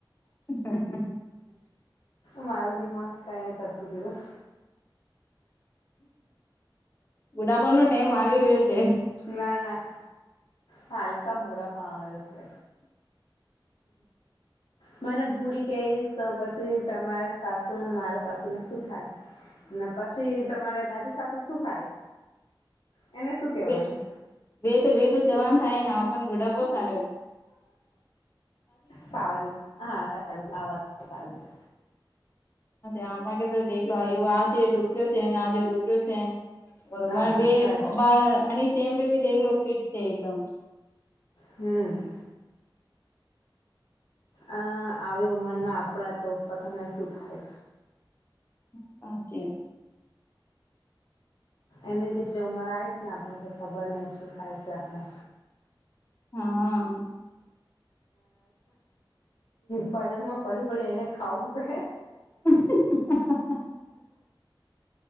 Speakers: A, on the left (about 30°); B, on the left (about 85°).
A: હ <inaudible>
B: મારો દિમાગ કયા જતું રહ્યું.
A: બુડાપાનો ટાઈમ આવી ગયો છે.
B: ના ના હાલકા મૂડા પણ આવ્યો છે. મને બુડી કેઈ? તો પછી તમારે સાસુ મારે સાસુને શું થાય પછી તમારે દાદી સાસુ શું થાય? એને શું કેવાનું
A: બે તો બે તો જવાનું થાય ને આપણ બુઢાપો થાય.
B: સારું હા સારું આ વાત સારું છે.
A: <inaudible> આજે ડેકરો છે, આજેઓ દેકરો છે. <inaudible>
B: ના ના સારી વાત
A: બાર અમે ટમ પે ભી દખલો ફિટ છે એકદમ.
B: હમ્મ. અ આવી ઉંમર ના આપણા તો પોતાને શું થાય?
A: સાચી.
B: એને જેટલી ઉંમર આવીશ ને આપણ ખબર નહીં શું થાય છે આપણે.
A: હા.
B: પલંગ માં પડી પડી એને ખાવ છે.
A: <unintelligible> <inaudible>